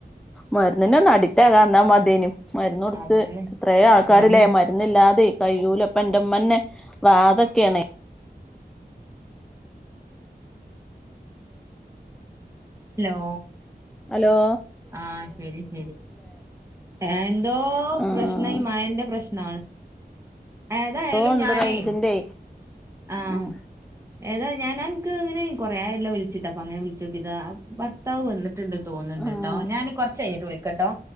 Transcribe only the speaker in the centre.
മരുന്നിനങ്‌ അഡിക്റ്റ് ആകാംന്നാൽ മത്യേനു മരുന്നുട്ച്ച്
എത്രെ ആൾക്കാരില്ലേ
മരുന്ന് മര്ന്നില്ലാതെ കയ്യൂലപ്പന്റെമ്മന്നെ വാതൊക്കെണ്
അലോ
ആഹ്
ഓ ഉണ്ട്
റേഞ്ചിന്റെ
ഉം
ആഹ്